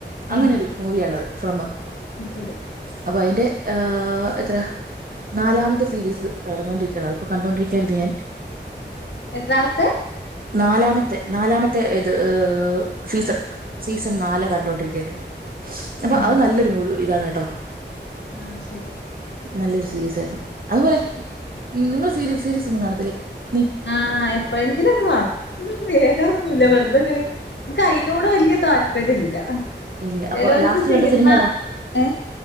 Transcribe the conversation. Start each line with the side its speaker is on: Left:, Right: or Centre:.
Right: അങ്ങനൊരു
Left: ആഹ്
Right: മൂവിയാണത് ഫ്രം
Left: ശരി
Right: അപ്പൊ അതിന്റെ ആഹ് എത്ര നാലാമത്തെ സീരീസ് നടന്നൊണ്ടരിക്കുകയാണ് അതിപ്പോ കണ്ടുകൊണ്ടിരിക്കയായിരുന്നു ഞാൻ.
Left: എത്രാമത്തെ?
Right: നാലാമത്തെ നാലാമത്തെ ഇത് സീസൺ. സീസൺ നാല് കണ്ടൊണ്ടിരിക്കയായിരുന്നു. അപ്പൊ
Left: ഉം
Right: അത് നല്ലൊരു മൂവി ഇതാണ് കേട്ടോ.
Left: ആഹ് അത് ശരി
Right: നല്ലൊരു സീരീസ ആയിരുന്നു. അതുപോലെ, നിങ്ങള് സീര സീരീസ് ഒന്നും കാണത്തില്ലേ നീ?
Left: ആഹ് എപ്പോഴെങ്കിലും ഒന്ന് കാണും. ഏതാന്നൊന്നുല്ല
Right: കാണും
Left: വെറുതെങ്ങനെ ൻക്ക് അയിനോട് വല്യ താല്പര്യം ഇല്ല.
Right: ഇല്ല
Left: ചെലോർക്ക്
Right: അപ്പൊ ലാസ്റ്റ്
Left: സിനിമ
Right: കണ്ട ഏതാ
Left: ഏ